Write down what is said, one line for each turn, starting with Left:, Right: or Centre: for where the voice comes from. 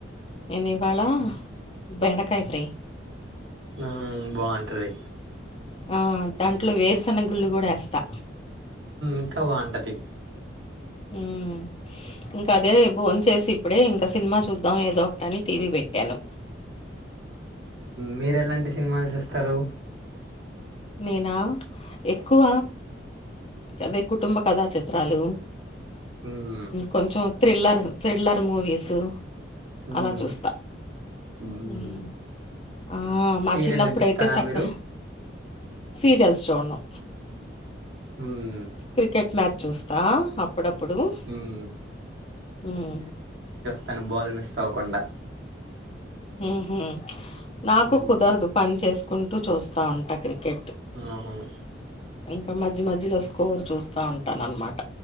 Left: ఎని ఇవాళ బెండకాయ ఫ్రై
Right: ఆ బాగుంటుంది
Left: ఆ దాంట్లో వేరుశనగుళ్ళు కూడా వేస్తా
Right: ఇంకా బాగుంటది
Left: ఉమ్ ఇంకా అదే భోన్ చేసి ఇప్పుడే ఇంకా సినిమా చూద్దాం ఏదో ఒకటని టీవీ పెట్టి తను
Right: మీరెలాంటి సినిమాలు చూస్తారు
Left: నేనా ఎక్కువ అదే కుటుంబ కథా చిత్రాలు
Right: ఉమ్,
Left: కొంచెం థ్రిల్లర్ థ్రిల్లర్ మూవీసు
Right: ఉమ్,
Left: అలా చూస్తా
Right: ఉమ్.
Left: హ్మ్మ్ ఆ మా
Right: సీరియల్
Left: చిన్నప్పుడయితే
Right: చూస్తారా
Left: చక్క
Right: మీరు
Left: సీరియల్స్ చూడను
Right: హ్మ్మ్
Left: క్రికెట్ మ్యాచ్ చూస్తా అప్పుడప్పుడుహ్మ్మ్
Right: ఉమ్. తను బాల్ మిస్ అవ్వకుండా
Left: ఉహూ నాకు
Right: ఉమ్,
Left: కుదరదు పని చేసుకుంటూ చూస్తా ఉంట క్ర కెట్టు
Right: అవును
Left: ఇంకా మధ్య మధ్యలో స్కోర్ చూస్తా ఉంటాననమాట